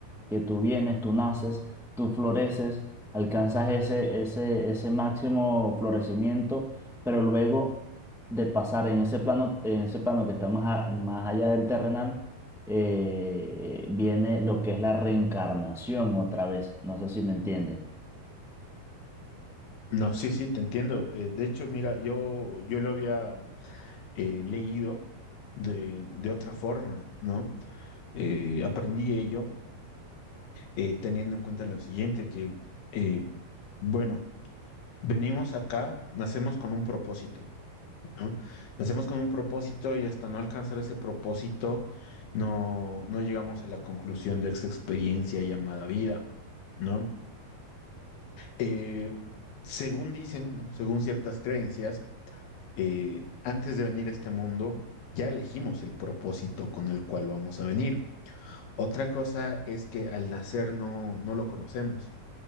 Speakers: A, in the centre; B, on the left.
A: que tú vienes, tú naces, tú floreces, alcanzas ese, ese, ese máximo florecimiento, pero luego de pasar en ese plano, en ese plano que está más, a- más allá del terrenal, eh, eh, viene lo que es la reencarnación otra vez. No sé si me entiendes.
B: No, sí, sí, te entiendo. Eh, de hecho, mira, yo, yo lo había eh, leído de, de otra forma, ¿no? Eh, aprendí ello eh, teniendo en cuenta lo siguiente, que, eh, bueno, venimos acá, nacemos con un propósito. ¿no? Nacemos con un propósito y hasta no alcanzar ese propósito no, no llegamos a la conclusión de esa experiencia llamada vida, ¿no? Eh, según dicen, ¿no? Según ciertas creencias, eh, antes de venir a este mundo ya elegimos el propósito con el cual vamos a venir. Otra cosa es que al nacer no, no lo conocemos.